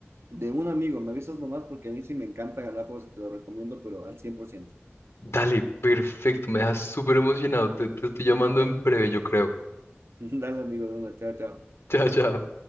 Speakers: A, on the right (about 70°); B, on the left (about 75°).
A: De un amigo, me avisas nomás porque a mí sí me encanta Galápagos y te lo recomiendo, pero al cien por ciento
B: Dale, perfecto, me dejas súper emocionado. Te, te estoy llamando en breve, yo creo.
A: <laughs> Dale, amigo, de una, chao, chao.
B: <laughs> Chao, chao.